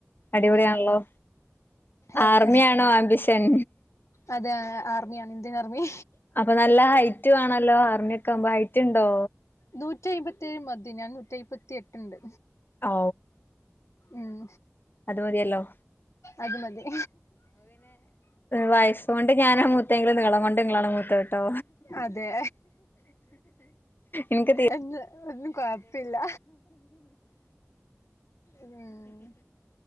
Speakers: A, on the left; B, on the left.
A: അടിപൊളിയാണല്ലോ
B: ആഹ് അതെ
A: ആർമിയാണോ ആംബിഷൻ
B: അതേ ആർമിയാണ് ഇന്ത്യൻ ആർമി
A: അപ്പൊ നല്ല ഹൈറ്റ് വേണല്ലോ ആർമിയൊക്കെ ആവുമ്പോ ഹൈറ്റ് ഇണ്ടോ
B: നൂറ്റി അഴുപത്തി ഏഴ്‌ മതി ഞാൻ നൂറ്റി അഴുപത്തി എട്ട് ഉണ്ട്
A: ഔ
B: ഉം
A: അത് മതിയല്ലോ
B: അത് മതി
A: വയസ്സുകൊണ്ട് ഞാനാ മൂത്തെങ്കിലും നീളം കൊണ്ട് നിങ്ങളാണ് മൂത്തത് ട്ടോ
B: അതെ
A: ഇൻക്ക് തി
B: എന്ന് ഒന്നും കൊഴപ്പില്ല ഉം